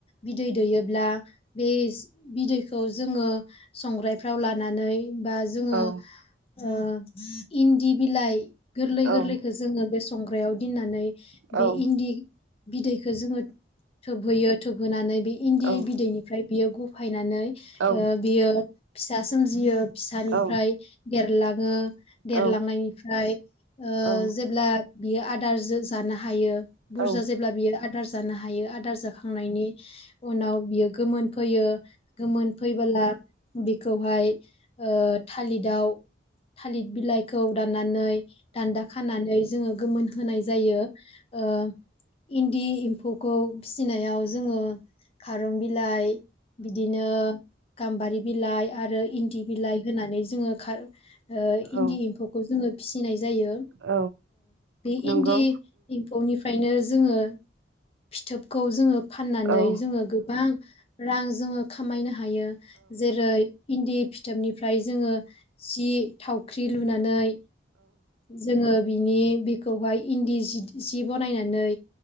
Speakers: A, on the left; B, on the right.
A: बिदै दैयोब्ला बे जि- बिदै खौ जोङो संग्रायफ्राव लानानै बा जोङो
B: औ
A: ओ इन्दि बिलाइ गोरलै गोरलैखो
B: औ
A: जोङो बे संग्रायाव दोननानै
B: नंगौ
A: बे इन्दि बिदै खो जोङो थोबहोयो थोबहोनानै बे इन्दि
B: उम
A: बिदैनिफ्राय बेयाव गु फायनानै
B: औ
A: ओ बियो <unintelligible> सोमजियो फिसानिफ्राय
B: औ
A: <unintelligible> लाङो
B: औ
A: देरलांनायनिफ्राय ओ
B: औ
A: जेब्ला बियो आदारजो जानो हायो। बुरजा
B: औ
A: जेब्ला बियो आदार जानो हायो आदार जाखा थांनायनि उनाव बियो गोमोन फैयो गोमोन फैबोला बेखौहाय थालिराव थालिर बिलाइखौ दाननानै दान्दा खानानै जोङो गोमोन होनाय जायो ओ इन्दि एम्फौखौ फिसिनायाव जोङो खारं बिलाइ बिदिनो गाम्बारि बिलाइ आरो इन्दि बिलाइ होनानै जोङो खार
B: औ
A: इन्दि एम्फौखौ जोङो फिसिनाय जा जायो
B: औ
A: बे
B: नंगौ
A: इन्दि एम्फौनिफ्रायनो जो जोङो फिथोबखौ जोङो फाननानै
B: औ
A: जोङो गोबां रां जोङो खामायनो हायो जेरै इन्दि फिथोबनिफ्राय जोङो जि थावख्रि लुनानै जोङो बिनि बेखौहाय इन्दि जिथ सि बनायनानै